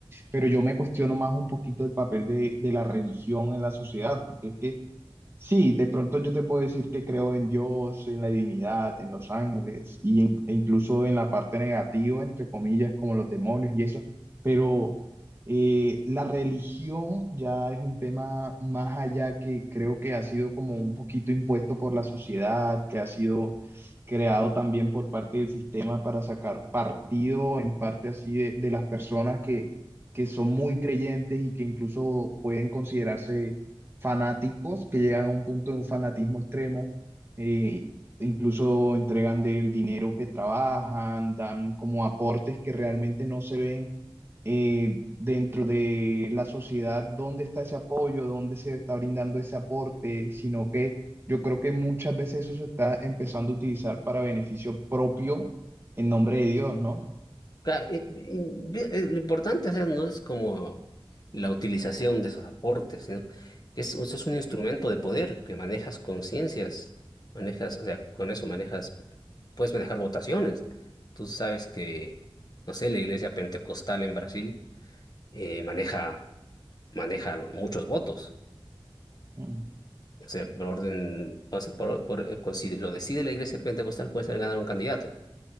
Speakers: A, on the right (about 25°); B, on the left (about 45°).
A: Pero yo me cuestiono más un poquito el papel de, de la religión en la sociedad, porque es que Sí, de pronto yo te puedo decir que creo en Dios, en la divinidad, en los ángeles y en- e incluso en la parte negativa, entre comillas, como los demonios y eso, pero eh, la religión ya es un tema más allá que creo que ha sido como un poquito impuesto por la sociedad, que ha sido creado también por parte del sistema para sacar partido en parte así de, de las personas que, que son muy creyentes y que incluso pueden considerarse fanáticos que llegan a un punto de un fanatismo extremo, eh, incluso entregan del dinero que trabajan, dan como aportes que realmente no se ven eh, dentro de la sociedad, dónde está ese apoyo, dónde se está brindando ese aporte, sino que yo creo que muchas veces eso se está empezando a utilizar para beneficio propio en nombre de Dios, ¿no?
B: Claro, y- y vi- eh, lo importante, o sea, no es como la utilización de esos aportes, sino que es, eso es un instrumento de poder que manejas conciencias, manejas, o sea, con eso manejas, puedes manejar votaciones. Tú sabes que, no sé, la iglesia pentecostal en Brasil eh, maneja, maneja muchos votos.
A: Mm,
B: O sea, por orden, o sea, por, por- eh, si lo decide la iglesia pentecostal, puede ser ganar un candidato.